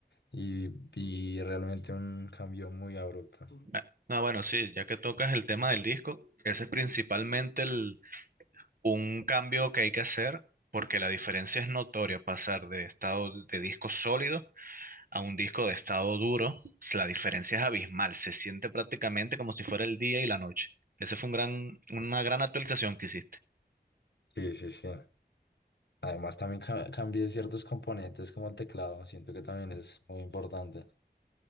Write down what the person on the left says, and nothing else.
y y realmente un cambio muy abrupto.
Sí, sí, sí. Además, también ca- cambié ciertos componentes como el teclado. Siento que también es muy importante.